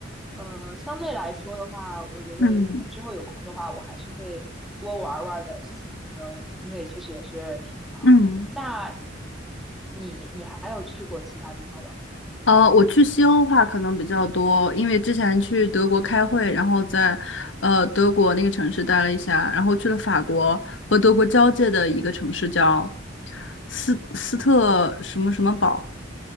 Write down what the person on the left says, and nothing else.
嗯
嗯嗯。
呃，我去西欧的话可能比较多，因为之前去德国开会，然后在呃德国那个城市待了一下，然后去了法国和德国交界的一个城市叫斯斯特什么什么堡，